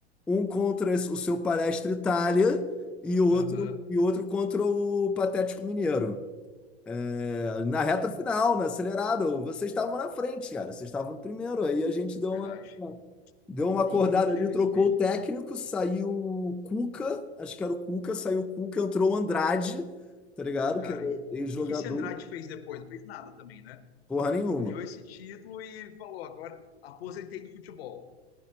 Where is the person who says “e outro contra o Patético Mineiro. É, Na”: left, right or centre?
Centre